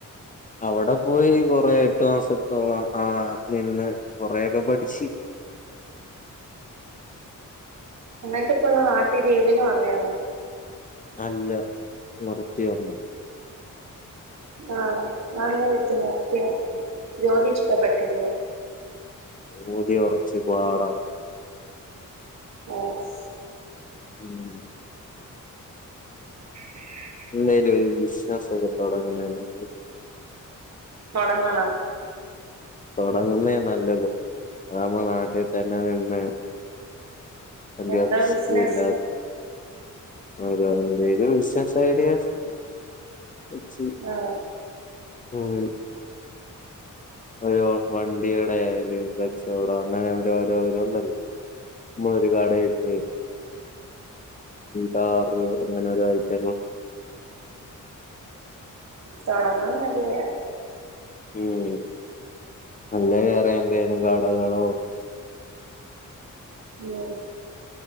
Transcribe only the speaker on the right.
അന്നിട്ടിപ്പൊ നാട്ടിൽ ലീവിന് വന്നയാണോ.
ആഹ് അതെന്തു പറ്റി നിർത്തിയേ ജോലി ഇഷ്ടപ്പെട്ടില്ലെ
ഓഹ്
ഓ
തൊടങ്ങണം
എന്താ
ബിസിനസ്
ആഹ്
തൊടങ്ങാൻ നല്ലയാ
ഏ.